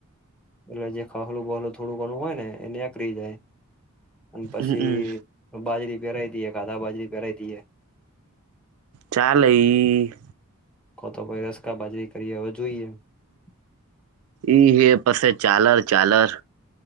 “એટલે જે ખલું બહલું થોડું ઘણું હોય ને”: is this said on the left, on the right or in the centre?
Centre